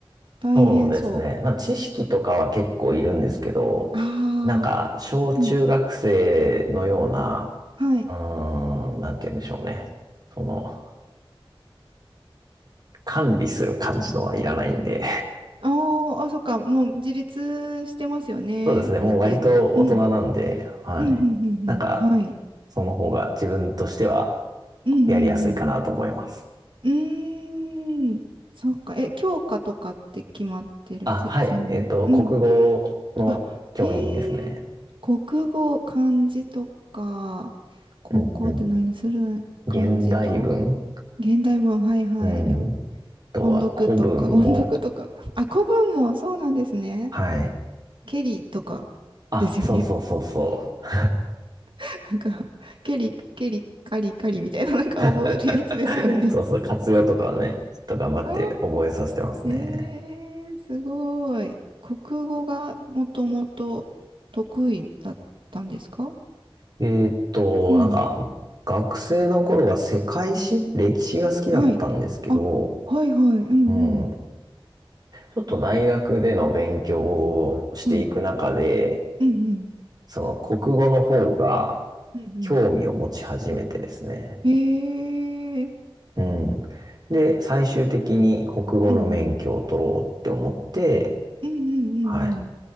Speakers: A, on the right; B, on the right.
A: 大変そ
B: そうですね。まあ、知識とかは結構いるんですけど、
A: う。ああ、
B: なんか、小中学生のような、
A: うん、はい。
B: うーん、なんて言うんでしょうね。その、管理する感じのはいらないんで、
A: ああー、あ、そっか、もう自立してますよね。
B: そうですね。
A: ある程度。
B: もう割と大人なんで、
A: うん。
B: はい。
A: うん、うん、うん、
B: なんか、
A: うん。はい。
B: その方が自分としては
A: うん、うん、
B: やりやすいかなと思います。
A: うん。うーん、そっか。え、教科とかって決まってる、
B: あ、
A: せ、
B: はい。
A: 専門うん。
B: えっと、国語の教員ですね。
A: あ、へえ、国語、漢字とか、高校って何するん漢字と、
B: うんうん。現代文。
A: 現代文、はいはい、
B: うん。
A: よ、
B: あとは古文も。
A: 音読とか、<laughs> 音読とか、あ、古文もそうなんですね。
B: はい。
A: ケリとかですよね。
B: あ、そうそうそうそう。
A: <laughs> なんか、ケリ、ケリ、カリカリみたいな、なんか覚えるやつですよね。
B: <laughs> そうそう。活用とかはね、ちょっと頑張って覚えさせてますね。
A: あーえー、すごい。国語がもともと得意だったんですか
B: えーっと、
A: うん。
B: なんか、学生の頃は世界史、歴史が好きだったんですけど、
A: はい。あ、はいはい。うん
B: うん。ちょっと大学での勉強をしていく中で、
A: うん。はい。うんうん。
B: その国語の方が
A: うん
B: 興味を持ち始めてですね。
A: うん。へえー。
B: うん。で、最終的に国語の免許を取ろうって思って、
A: うんうん。うんうんうん
B: はい、